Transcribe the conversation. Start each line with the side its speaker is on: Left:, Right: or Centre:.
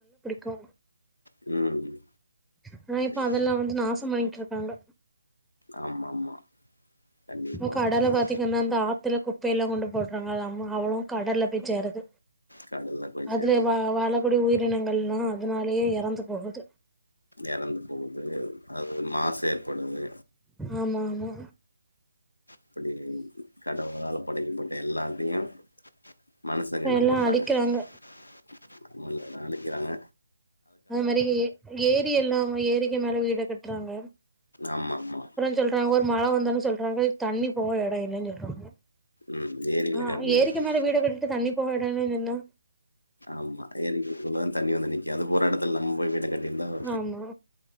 Centre: தோ
Left: ம்
Centre: ஆனா இப்ப
Left: சரி.
Centre: அதெல்லா வந்து நாசம் பண்க்கிட்ருக்காங்க
Left: ஆமா ஆமா கண்டிப்பா
Centre: இப்ப கடல
Left: இந்த
Centre: பாத்தீங்கன்னா அந்த ஆத்துல குப்பையெல்லா கொண்டு போட்றாங்க அது அம்மா அவ்வளோவு கடல்ல போய் சேருது
Left: கடல்ல போய்
Centre: அதுல
Left: சேருது
Centre: வா வாழக்கூடிய உயிரினங்கள்லா அதனாலேயே எறந்து போகுது
Left: எறந்து போகுது அது மாசு ஏற்படுது
Centre: ஆமா ஆமா
Left: அப்படி கடவுளால படைக்கப்பட்ட எல்லாத்தியு மனுசங்க என்ன
Centre: எல்லா
Left: பண்றாங்க
Centre: அழிக்கிறாங்க
Left: <unintelligible> அத அழிக்கிறாங்க
Centre: அது மாரி ஏ ஏரியெல்லா ஏரிக்கு மேல வீடு கட்றாங்க
Left: ஆமா ஆமா
Centre: சொல்றாங்க ஒரு மழ வந்தாலு சொல்றாங்க தண்ணி போவ எடோ இல்லன் சொல்றாங்க
Left: ம் ஏரியில
Centre: ஆ
Left: கட்னா
Centre: ஏரிக்கு
Left: ஏரி
Centre: மேல வீடு கட்டிட்டு தண்ணி போக எடோ இல்லன் சொன்னா
Left: ஆமா ஏரிக்குள்ளதா தண்ணி வந்து நிக் கு அது போற எடத்துல நம் போய் வீடு கட்டிந்தா <unintelligible>
Centre: ஆமா